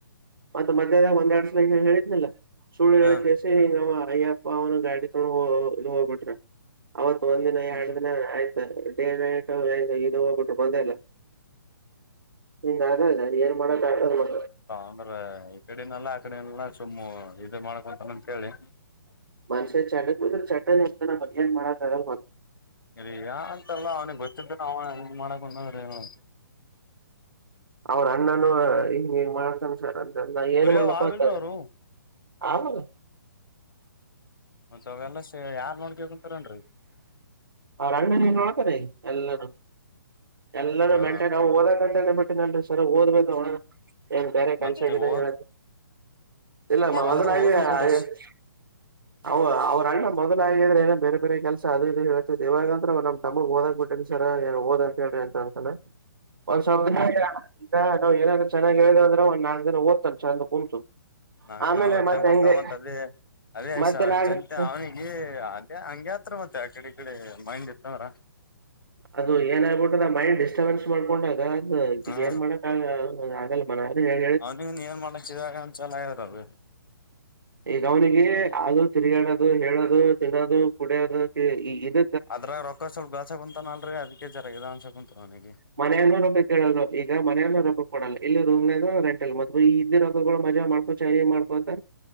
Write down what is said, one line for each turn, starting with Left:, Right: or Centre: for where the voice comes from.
Right: ಮತ್ತ ಮಧ್ಯಾಹದ ಒಂದೆರಡು ಸಲ ಹೇಳಿದನಲ್ಲ ಸುಳ್ಳು ಹೇಳಕ್ಕೆಷ್ಟ
Left: ಹಾ
Right: ನ ಅಯ್ಯಪ ಅವನು ಗಾಡಿ ತೋಗೋಂಡ ಹೋಗಿಬಿಟ್ರ <unintelligible> ಅವತ್ ಒಂದ್ ದಿನ
Left: ಹ್ಮ್
Right: ಎರಡ್
Left: ಹ್ಮ್
Right: ದಿನ ಆಯ್ತು ಡೇ ನೈಟ್ ಇದು ಹೋಗ್ಬಟ್ಟ ಬಂದೇ ಇಲ್ಲ ಹಿಂಗ ಆಗದ ಏನ್ ಮಾಡಕ ಆಗದ
Left: ಅಂದ್ರೆ ಈ ಕಡಿನಲ್ಲಾ ಆ ಕಡೆೆಲ್ಲ ಸುಮ್ಮು ಇದು ಮಾಡಕೋಂತಾನ ಅಂತೇಳಿ
Right: ಮನುಷ್ಯ ಚಟಕ ಬಿದ್ರ ಚೆಟಾನ್ ಹತಾನ ಬಿ ಯನ್ ಮಾಡಕ ಆಗಲ್ಲ
Left: ಅರಿ ಯಾಗ ಅಂತಲ್ಲ ಅವ್ನಿಗೆ ಗೊತ್ತಿದ್ದ ಅವ ಮಾಡಕೊಂಡಂದ್ರ ಏನು
Right: ಅವ್ರ ಅಣ್ಣನು ಹಿಂಗ ಮಾಡ್ತಾನ ಸರ್ ಅಂದ ಸರ್ ನಾ ಏನ
Left: ಕುರಿಯವ್
Right: ಮಾಡಪ್ಪ
Left: ಆವಿಲ್ರಿ
Right: ಅತನೆ
Left: ಅವ್ರು
Right: ಆಗುದ
Left: ಒಂತ್ಸವಾಗಲ್ಲ ಯಾರ್ ನೋಡ್ಕಬೇಕ ಅಂತಾರೇನ್ರರಿ
Right: ಅವ್ರ ಅನ್ನನೇ ನೋಳ್ತಾನ ಎಲ್ಲರ ಎಲ್ಲರೂ
Left: ಹಾ
Right: ಮೆಂಟೈನ್ ನಾವು ಓದಕ ಅಂತ ಬಿಟ್ಟನ ಸರ್ ಓದ್ಬೇಕ ಅವನ ಏನ್ ಬೇರೆ ಕಲ್ಸಗ
Left: ಮತ್ತೆ ಓ
Right: ಹೇಳ ಇಲ್ಲಮ್ಮ ಮೊದ್ಲಾಗಿ
Left: ಅಂದ್ರ ಓದಬೇಕಲ್ರಿ
Right: ಆಗತಿ ಅವ ಅವ್ರ ಅಣ್ಣ ಮೊದಲ ಆಗಿದ್ರೆ ಏನನು ಬೇರೆ ಬೇರೆ ಕೆಲಸ ಅದು ಇದು ಹೇಳ ಯ ಇವಾಗ ಅಂದ್ರ ಅವ ನಮ್ಮ ತಮ್ಮಗ ಓದಾಗ್ ಬಿಟ್ರನ್ ಸರ್ ಏನ್ ಓದ್ ಅಂತ ಹೇಳ್ರಿ ಅಂತ ಅಂತಾನಾ ಒಂದ್ ಸ್ವ ಇದ ನಾವ್ ಏನಾದ್ರರು ಚೆನ್ನಾಗ ಹೇಳ್ದ ಅಂದ್ರ ಒಂದ ನಾಕ್ ದಿನ ಓದುತ್ತಾನ ಚಂದ ಕುಂತು
Left: ನಾಲ್ಕ್
Right: ಆಮೇಲೆ
Left: ದಿನ ಓದ್ದಂಗ
Right: ಮತ್ತೆ
Left: ಮಾಡ್ತಾವ
Right: ಹೆಂಗೆ
Left: ಮತ್ತ ಅದೇ ಅದೇ
Right: ಮತ್ತೆ ನಾಲ್ಕ್
Left: ಚಂತೆ ಅವನಿಗೆ ಅದೆ ಹಂಗೆತ್ರ ಮತ್ತೆ ಅ ಕಡೆ ಇಕಡೆ ಮಂದಿ ಇತ ಅದ್ರ
Right: ಅದು ಏನ ಆಗಬಿಟ್ಟದ ಆ ಮೈಂಡ್ ಡಿಸ್ಟರ್ಬೆನ್ಸ್ ಮಾಡ್ಕೊಂಡಾಗ ಅದು
Left: ಹ್ಮ
Right: ಏನ್ ಮಾಡಕ್ ಆಗಲ <unintelligible>
Left: ಅವನಿಗ ಏನ್ ಮಾಡಿದಾಗ ಚಲೋ ಆದಲ್ ಬಿ <unintelligible>
Right: ಈಗ ಅವನಿಗೆ ಅದು ತಿರುಗಾಡದು ಹೇಳೋದು ತಿನ್ನೋದು ಕುಡಿಯೋದು ಇದ
Left: ಅದ್ರ ರೊಕ್ಕ ಸ್ವಲ್ಪ ಗಳಸ ಕುಂತಾನ ಅಲ್ರೀ ಅದಕ್ಕೆ ಜರಾ ಇದ ಅನ್ಸ ಕುಂತ ಅವನಿಗಿ
Right: ಈಗ ಮನೆಯಾಗನ್ನು ರೊಕ್ಕ ಕೇಳಲ್ಲ ಈಗ ಮನೆಯನ್ನೋ ರೊಕ್ಕ ಕೊಡಲ್ಲ ಇ ರೂಮ್ ರೆಂಟ್ ಇಲ ಮತ್ ಈ ಇದ್ದ ರೊಕ್ಕಗಳು ಮಜಾ ಮಾಡಕೋಂತ ಚೈನಿ ಮಾಡ್ಕೋತಾ <unintelligible>